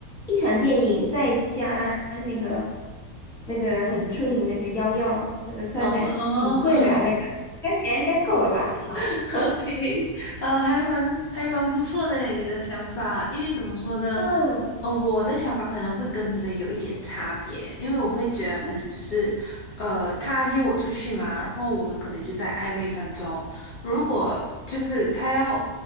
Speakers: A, in the centre; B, on the left.
A: 一场电影再加那个那个很出名那个幺药啊，那个酸奶挺贵的啊，
B: 哦吼，<laughs>
A: 那个该钱应该够了吧？好，
B: <laughs> OK，呃，还蛮还蛮不错的诶，你的想法，因为怎么说呢，
A: 嗯
B: 呃，我的想法可能会跟你的有一点差别，因为我会觉得可能就是，
A: 嗯
B: 呃，他约我出去嘛，然后我们可能就在暧昧当中，如果就是他要